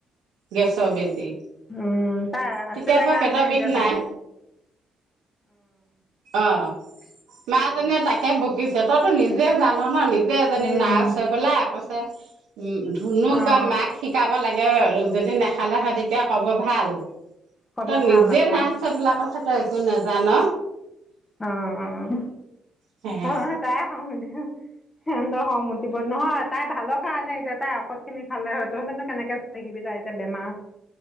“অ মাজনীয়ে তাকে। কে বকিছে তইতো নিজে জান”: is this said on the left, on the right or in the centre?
Right